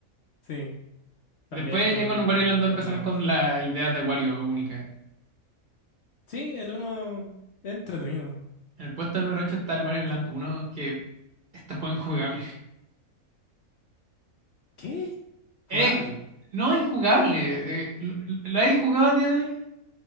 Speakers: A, on the left; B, on the right.
A: sí. También
B: Y Después
A: con
B: ya
A: el
B: con Wario Land 2
A: lo
B: empezaron
A: mismo.
B: con las ideas de Wario única.
A: Sí, el uno es entretenido.
B: En el puesto número 8 está el Mario Land uno que... Este juego es injugable.
A: ¿Qué? Jugable.
B: Es no injugable. eh, ¿lo, lo habéis jugado a día de hoy?